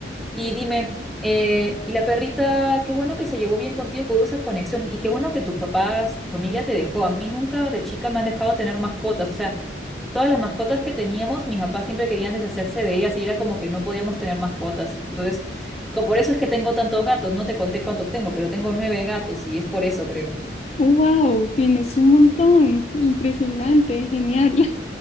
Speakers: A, in the centre; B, on the left.
A: Y dime, eh, y la perrita, qué bueno que se llevó bien contigo, que hubo esa conexión, y qué bueno que tus papás, tu familia te dejó. A mí nunca de chica me han dejado tener mascotas, o sea. Todas las mascotas que teníamos, mis papás siempre querían deshacerse de ellas y era como que no podíamos tener mascotas. Entonces, co- por eso es que tengo tantos gatos. No te conté cuántos tengo, pero tengo nueve gatos y es por eso, creo.
B: Wow, tienes un montón. Impresionante, genial.